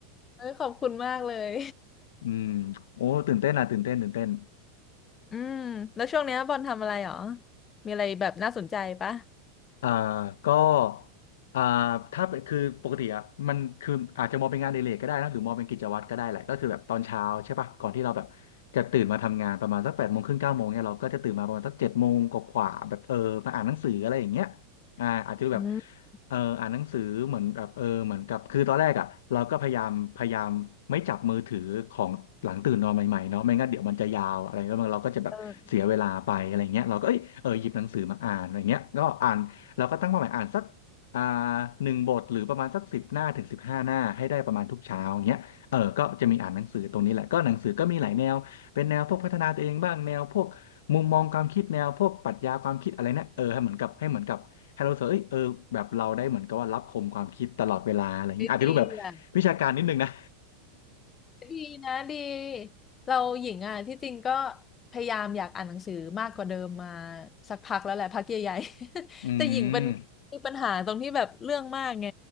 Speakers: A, on the left; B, on the left.
A: เออขอบคุณมากเลย
B: อืมโอ้ตื่นเต้นอ่ะตื่นเต้นตื่นเต้น
A: อืมแล้วช่วงเนี้ยบอลทำอะไรหรอมีอะไรแบบน่าสนใจปะ
B: อ่าก็อ่าถ้าเป็นคือปกติอ่ะมันคืออาจจะมองเป็นงานอดิเรกก็ได้นะหรือมองเป็นกิจวัตรก็ได้แหละก็คือแบบตอนเช้าใช่ป่ะก่อนที่เราแบบจะตื่นมาทำงานประมาณสักแปดโมงครึ่งเก้าโมงเนี่ยเราก็จะตื่นมาประมาณสักเจ็ดโมงกว่าๆแบบเออมาอ่านหนังสืออะไรอย่างเงี้ยอ่าอาจจะแบบ
A: อืม
B: เอออ่านหนังสือเหมือนแบบเออเหมือนกับคือตอนแรกอ่ะเราก็พยายามพยายามไม่จับมือถือของหลังตื่นนอนใหม่ๆเนาะไม่งั้นเดี๋ยวมันจะยาวอะไรแล้วมันเราก็จะแบบเสียเวลาไปอะไรเงี้ยเราก็เอ้ยเออหยิบหนังสือมาอ่านอะไรเงี้ยก็อ่าน
A: เออ
B: เราก็ตั้งเป้าหมายอ่านสักอ่าหนึ่งบทหรือประมาณสักสิบหน้าถึงสิบห้าหน้าให้ได้ประมาณทุกเช้าอย่างเงี้ยเออก็จะมีอ่านหนังสือตรงนี้แหละก็หนังสือก็มีหลายแนวเป็นแนวพวกพัฒนาตัวเองบ้างแนวพวกมุมมองความคิดแนวพวกปรัชญาความคิดอะไรเนี่ยเออให้เหมือนกับให้เหมือนกับให้เรารู้สึกว่าเอ้ยเออแบบเราได้เหมือนกับว่ารับคมความคิดตลอดเวลาอะไรอย่างงี้อาจจะดูแบบวิชาการนิดนึงนะ
A: ได้ดีอ่ะ ดีนะดีเราหญิงอ่ะที่จริงก็พยายามอยากอ่านหนังสือมากกว่าเดิมมาสักพักแล้วแหละพักใหญ่ๆ <laughs>
B: อื
A: แต่หญิงเป็นมีปัญหาตรงที่แบบเรื่องมากไง
B: ม